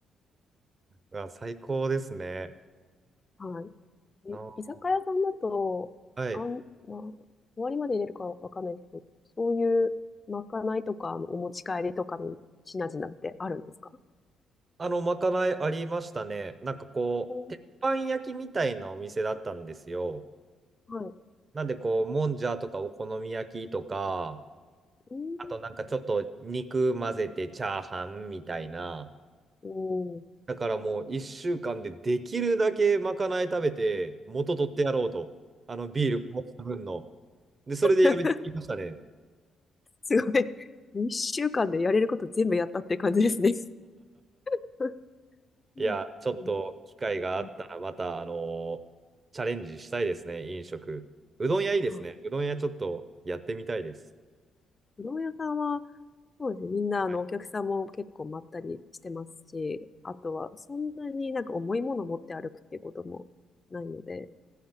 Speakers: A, on the right; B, on the left.
A: うわ最高ですね。
B: はい。
A: あ、
B: え居酒屋さんだと、
A: はい。
B: あん、まあ、終わりまで入れるかわかんないですけど、そういうまかないとか、あの、お持ち帰りとかの品々ってあるんですか
A: あの、まかないありましたね。なんかこう、
B: うん
A: 鉄板焼きみたいなお店だったんですよ。
B: はい。
A: なんでこう、もんじゃとかお好み焼きとか、
B: うん。
A: あとなんかちょっと肉混ぜてチャーハンみたいな。
B: うん
A: だからもう一週間でできるだけまかない食べて、元取ってやろうと。あのビールこぼした分の。で、それでやめてきましたね。
B: <laughs>。すごい。一週間でやれること全部やったって感じですね。<laughs> うんうん
A: いや、ちょっと機会があったら、
B: うん
A: また、あのーチャレンジしたいですね、飲食。うどん屋いいですね。
B: あ
A: うどん屋ちょっとやってみたいです。
B: うどん屋さんは、そうですね。みんな、あの、
A: はい。
B: お客さんも結構まったりしてますし、あとは、そんなになんか重いもの持って歩くっていうこともないので、